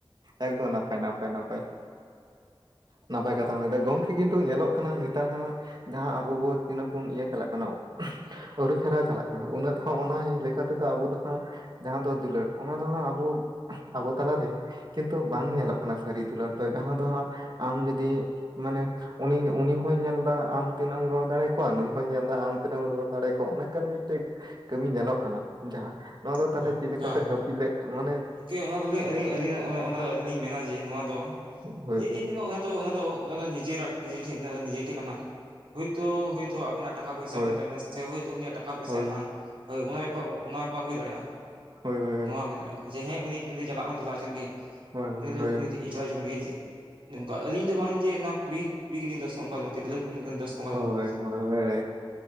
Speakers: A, on the right; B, on the right.
A: ᱮᱠᱫᱚᱢ ᱱᱟᱯᱟᱭ ᱱᱟᱯᱟᱭ ᱱᱟᱯᱟᱭ ᱱᱟᱯᱟᱭ ᱠᱟᱛᱷᱟᱢ ᱞᱟᱹᱭ ᱫᱟ ᱜᱚᱢᱠᱮ ᱠᱤᱱᱛᱩ ᱛᱚ, ᱧᱮᱞᱚᱜ ᱠᱟᱱᱟ ᱱᱮᱛᱟᱨ ᱦᱟᱸᱜ, ᱡᱟᱦᱟᱸ ᱟᱵᱚ ᱵᱚ, ᱛᱤᱱᱟᱹ ᱵᱚᱱ ᱤᱭᱟᱹ ᱪᱟᱞᱟᱜ ᱠᱟᱱᱟ, ᱷᱩᱸᱜ ᱟᱹᱨᱩᱯᱷᱮᱨᱟᱣ ᱪᱟᱞᱟᱜ ᱠᱟᱱᱟ ᱩᱱᱟᱹᱛ ᱦᱚᱸ ᱚᱱᱟ ᱞᱮᱠᱟ ᱛᱮᱫᱚ, ᱟᱵᱚ ᱫᱚ ᱟᱸᱻᱡᱟᱦᱟᱸ ᱫᱚ ᱫᱩᱞᱟᱹᱲ, ᱚᱱᱟ ᱫᱚ ᱦᱟᱸᱜ, ᱮᱸᱷ ᱟᱵᱚ, ᱟᱵᱚ ᱛᱟᱞᱟᱨᱮ ᱠᱤᱱᱛᱩ, ᱵᱟᱝ ᱧᱮᱞᱚᱜ ᱠᱟᱱᱟ ᱥᱟᱹᱨᱤ ᱫᱩᱞᱟᱹᱲ ᱫᱚ, ᱡᱟᱦᱟᱸ ᱫᱚ ᱦᱟᱸᱜ, ᱟᱢ ᱡᱩᱫᱤ, ᱢᱟᱱᱮ ᱩᱱᱤ, ᱩᱱᱤ ᱦᱚᱭ ᱧᱮᱞ ᱮᱫᱟ, ᱟᱢ ᱛᱤᱱᱟᱹᱜ ᱮᱢ, ᱨᱚᱲ ᱫᱟᱲᱮᱭᱟᱠᱚᱣᱟ, ᱱᱩᱭ ᱦᱚᱭ ᱧᱮᱞ ᱮᱫᱟ, ᱟᱢ ᱛᱤᱱᱟᱹᱜ ᱮᱢ, ᱨᱚᱲ ᱫᱟᱲᱮᱭᱟᱠᱚᱣᱟ, ᱚᱱᱮᱠᱟᱱ ᱢᱤᱫᱴᱮᱡ ᱠᱟᱹᱢᱤ ᱧᱮᱞᱚᱜ ᱠᱟᱱᱟ, ᱡᱟᱦᱟᱸ ᱱᱚᱣᱟ ᱫᱚ ᱛᱟᱦᱚᱞᱮ
B: ᱚᱸᱻ
A: ᱪᱮᱫ
B: ᱚᱱᱠᱟ,
A: ᱞᱮᱠᱟᱛᱮ ᱦᱟᱹᱯᱤᱫ ᱞᱮ ᱢᱟᱱᱮ
B: ᱜᱚᱢᱠᱮ, ᱚᱱᱟ ᱫᱚ ᱟᱹᱞᱤᱧ, ᱟᱹᱞᱤᱧ ᱟᱹᱞᱤᱧ, ᱫᱚ ᱟᱹᱞᱤᱧ ᱞᱤᱧ ᱢᱮᱱᱟ, ᱡᱮ, ᱱᱚᱣᱟ ᱫᱚ
A: ᱦᱳᱭ
B: ᱡᱮ, ᱤᱧ ᱧᱮᱞᱚᱜ, ᱚᱱᱟ ᱫᱚ, ᱚᱱᱟ ᱚᱱᱟ ᱫᱚ, ᱱᱤᱡᱮᱨᱟᱜ, ᱱᱤᱡᱮᱨ ᱴᱷᱮᱡ, ᱚᱱᱟ ᱫᱚ, ᱱᱤᱡᱮᱨ ᱴᱷᱮᱱ ᱠᱟᱱᱟ ᱦᱳᱭ ᱛᱳ, ᱦᱳᱭᱛᱳ ᱟᱹᱵᱤᱱᱟᱜ ᱴᱟᱠᱟ ᱯᱚᱭᱥᱟ
A: ᱦᱳᱭ
B: ᱢᱮᱱᱟᱜ ᱛᱟᱵᱮᱱᱟ, ᱥᱮ ᱦᱳᱭᱛᱳ ᱩᱱᱤᱭᱟᱜ, ᱴᱟᱠᱟ ᱯᱚᱭᱥᱟ
A: ᱦᱳᱭ
B: ᱢᱮᱱᱟᱜᱼᱟ ᱦᱳᱭ, ᱚᱱᱟ ᱵᱮᱯᱟᱨ, ᱚᱱᱟ ᱵᱮᱯᱟᱨ ᱦᱩᱭ ᱫᱟᱲᱮᱭᱟᱜᱼᱟ
A: ᱦᱳᱭ ᱦᱳᱭ
B: ᱟᱦᱼᱱᱚᱣᱟ ᱦᱩᱭ ᱫᱟᱲᱮᱭᱟᱜᱼᱟ, ᱡᱮ, ᱦᱮᱸ ᱩᱱᱤ ᱛᱤᱱᱟᱹᱜ ᱫᱤᱱ ᱪᱟᱞᱟᱜᱼᱟ, ᱪᱟᱞᱟᱣ ᱦᱚᱪᱚ ᱜᱮ
A: ᱦᱳᱭ ᱦᱳᱭ
B: ᱩᱱᱤ ᱫᱚ
A: ᱦᱳᱭ
B: ᱩᱱᱤ ᱛᱷᱮᱡ, ᱪᱟᱞᱟᱣ ᱦᱚᱪᱚ ᱮᱱ ᱜᱮ, ᱡᱮ ᱱᱚᱝᱠᱟ ᱟᱹᱞᱤᱧ ᱫᱚ ᱵᱟᱝ ᱡᱮ ᱚᱱᱟ ᱠᱩᱲᱤ ᱠᱩᱲᱤ ᱜᱤᱞᱤᱧ ᱫᱚᱥ ᱠᱚ, ᱚᱱᱠᱟ ᱫᱚ ᱵᱟᱝ, ᱛᱤᱨᱞᱟᱹ ᱦᱚᱯᱚᱱ ᱜᱮᱞᱟᱝ ᱫᱳᱥ ᱠᱚᱣᱟ ᱚᱱᱠᱟ
A: ᱦᱳᱭ,
B: ᱫᱚ ᱵᱟᱝ᱾
A: ᱦᱳᱭ,